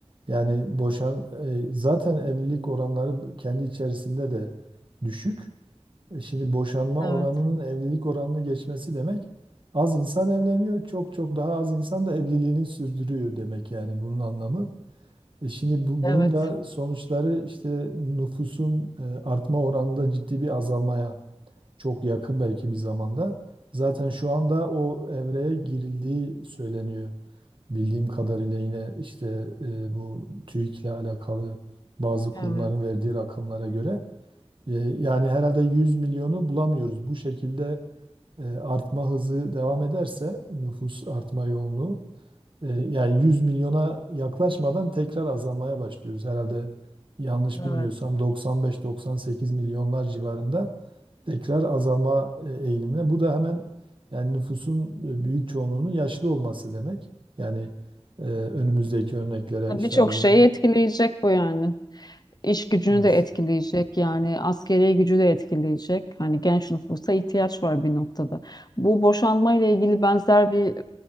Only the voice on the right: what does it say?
Yani boşan e, zaten evlilik oranları kendi içerisinde de düşük. E şimdi boşanma
oranının evlilik oranını geçmesi demek az insan evleniyor, çok çok daha az insan da evliliğini sürdürüyor demek yani bunun anlamı. E şimdi bu,
bunun da sonuçları işte nüfusun e, artma oranında ciddi bir azalmaya çok yakın belki bir zamanda. Zaten şu anda o evreye girildiği söyleniyor. Bildiğim kadarıyla yine işte e, bu TÜİK'le alakalı bazı kurumların
verdiği rakamlara göre e, yani herhalde 100 milyonu bulamıyoruz. Bu şekilde e, artma hızı devam ederse nüfus artma yoğunluğu e, yani 100 milyona yaklaşmadan tekrar azalmaya başlıyoruz. Herhalde yanlış
bilmiyorsam 95-98 milyonlar civarında tekrar azalma e, eğilimine. Bu da hemen yani nüfusun e, büyük çoğunluğunun yaşlı olması demek. Yani e, önümüzdeki örneklere
işte az
önce
evet.